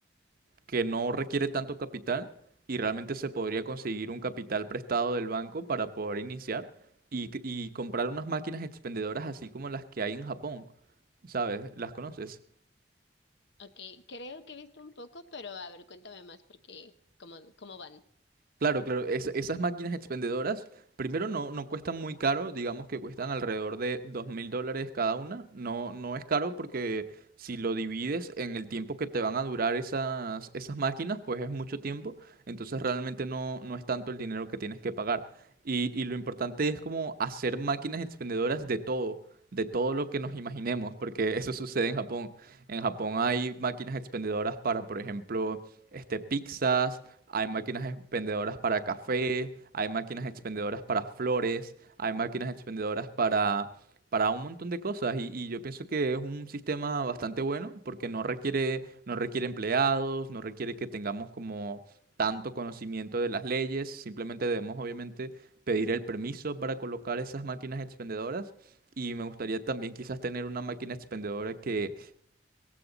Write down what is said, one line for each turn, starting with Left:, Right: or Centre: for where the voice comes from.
Right: que no requiere tanto capital y realmente se podría conseguir un capital prestado del banco para poder iniciar y, c- y comprar unas máquinas expendedoras así como las que hay en Japón, ¿sabes? ¿Las conoces?
Left: Ok, creo que he visto un poco, pero a ver, cuéntame más porque cómo, cómo van.
Right: Claro, claro. es- esas máquinas expendedoras, primero no, no cuestan muy caro, digamos que cuestan alrededor de dos mil dólares cada una. No, no es caro porque si lo divides en el tiempo que te van a durar esas, esas máquinas, pues es mucho tiempo. Entonces realmente no, no es tanto el dinero que tienes que pagar. Y, y lo importante es como hacer máquinas expendedoras de todo, de todo lo que nos imaginemos, porque <laughs> eso sucede en Japón. En Japón hay máquinas expendedoras para, por ejemplo, este, pizzas hay máquinas expendedoras para café, hay máquinas expendedoras para flores, hay máquinas expendedoras para, para un montón de cosas. Y, y yo pienso que es un sistema bastante bueno porque no requiere, no requiere empleados, no requiere que tengamos como tanto conocimiento de las leyes, simplemente debemos obviamente pedir el permiso para colocar esas máquinas expendedoras. Y me gustaría también quizás tener una máquina expendedora que,